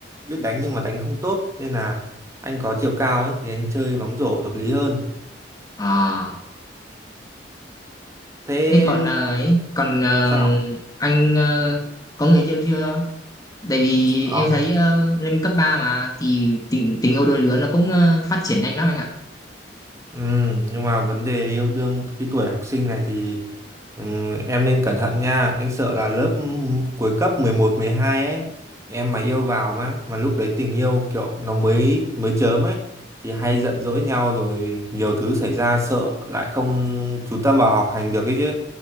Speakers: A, on the right; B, on the left.
A: biết đánh nhưng mà đánh không tốt nên là anh có chiều cao ấy thì anh chơi bóng rổ hợp lý hơn.
B: ờ, à,
A: Thế
B: Thế còn à, ấy, còn à,
A: sao?
B: anh ờ, có người yêu chưa? Tại vì
A: có
B: em thấy ờ, lên cấp 3 mà thì tình tình yêu đôi lứa nó cũng ờ, phát triển nhanh lắm anh ạ.
A: Ừ, nhưng mà vấn đề yêu đương cái tuổi học sinh này thì ừ, em nên cẩn thận nha. Anh sợ là lớp cuối cấp mười một mười hai ấy, em mà yêu vào mà mà lúc đấy tình yêu kiểu nó mới mới chớm ấy thì hay giận dỗi nhau rồi nhiều thứ xảy ra sợ lại không chú tâm vào học hành được ấy chứ.